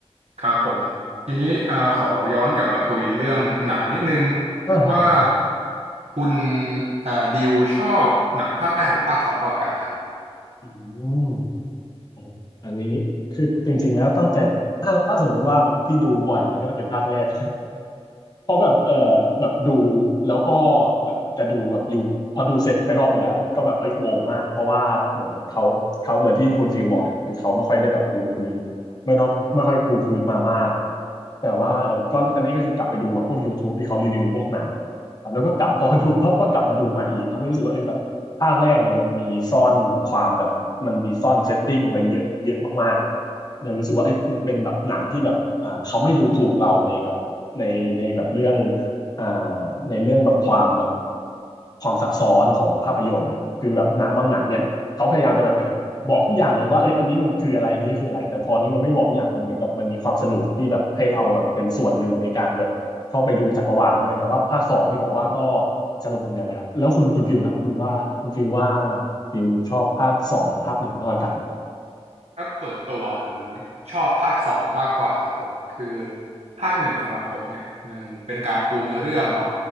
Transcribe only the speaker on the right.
ครับผมทีนี้เอ่อขอย้อนกลับมาคุยเรื่องหนังนิดนึง
ว่าคุณเอ่อดิวชอบหนังภาคแรกหรือภาคสองมากกว่ากันครับ
ครับส่วนตัวผมชอบภาคสองมากกว่าครับผมคือภาคหนึ่งสำหรับผมเนี่ยมันเป็นการปูเนื้อเรื่องเนาะ